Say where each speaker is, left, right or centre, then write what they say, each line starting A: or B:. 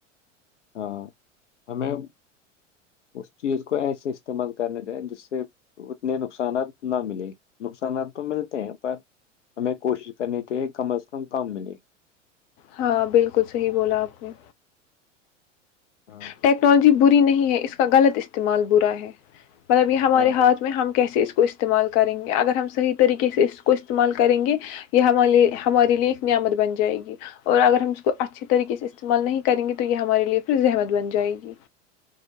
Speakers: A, on the left; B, on the left.
A: ہاں ہمیں اس چیز کو ایسے استعمال کرنے چیں جس سے اتنے نقصانات نہ ملے نقصانات تو ملتے ہیں پر ہمیں کوشش کرنی چاہیے کم از کم کم ملے
B: ہاں بالکل صحیح بولا آپ نے
A: ہاں
B: ٹیکنالوجی بری نہیں ہے اس کا غلط استعمال برا ہے مطلب یہ ہمارے
A: ہاں
B: ہاتھ میں ہم کیسے اس کو استعمال کریں گے اگر ہم صحیح طریقے سے اس سے استعمال کریں گے یہ ہمے ہمارے لیے ایک نعمت بن جائے گی اور اگر ہم اس کو اچھے طریقے سے استعمال نہیں کریں گے تو یہ ہمارے لیے ز احمد بن جائے گی